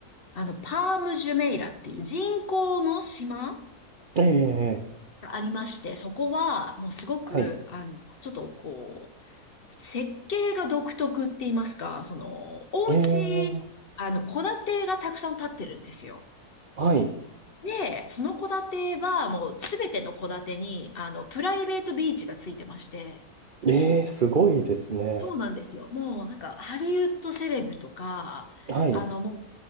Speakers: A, on the left (about 40°); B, on the right (about 45°).
A: あの、パームジュメイラっていう人工の島
B: ええ、
A: がありまして、そこはもうすごく、
B: はい。
A: あの、ちょっとこう、設計が独特って言いますか、その、お家、
B: ええ、
A: あの、戸建てがたくさん建ってるんですよ。
B: はい。
A: で、その戸建てはもうすべての戸建てに、あの、プライベートビーチがついてまして、
B: ええ、すごいですね。
A: そうなんですよ。もうなんか、ハリウッドセレブとか、
B: はい。
A: あの、も